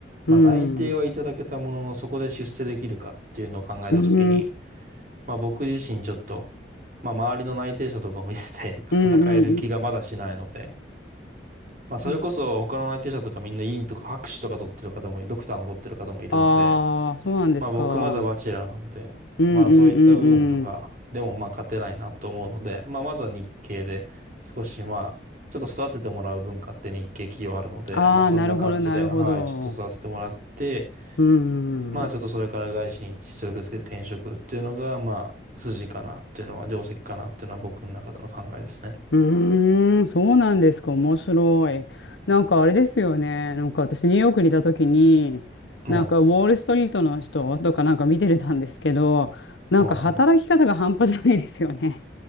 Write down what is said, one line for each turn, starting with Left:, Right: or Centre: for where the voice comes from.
Right: まあ内定はいただけたもののそこで出世できるかっていうのを考えたときに、
Left: うん。うん、うん、
Right: まあ僕自身ちょっと、まあ周りの内定者とかを見せて
Left: うん、
Right: <laughs> 戦える気がまだしないので、まあそれこそ他の内定者とかみんな院とか博士とか取ってる方も、
Left: うん。
Right: ドクターも取ってる方もいるので、
Left: ああ、そうなんですか。
Right: まあ僕まだバチェラーなので、
Left: うん、うん、
Right: まあそういった部分とかでもまあ勝てないなと思うので、
Left: うん、うん。
Right: まあまずは日系で少しまあちょっと育ててもらう文化って日系企業あるので、
Left: ああ、
Right: まあそんな感じで、
Left: なるほど、なるほど。
Right: はい、ちょっと育ててもらって、
Left: うん、
Right: まあちょっとそれから外資に実力つけて転職っていうのがまあ筋かなっていうのは、
Left: うん、
Right: 定石かなっていうのは僕の中での考えですね。
Left: ーん、そうなんですか。面白い。なんかあれですよね。なんか私、ニューヨークにいた時に、
Right: も
Left: なんかウォールストリートの人とかなんか見てたんですけど、なんか働き方が半端じゃないですよね。
Right: う、もう、もう。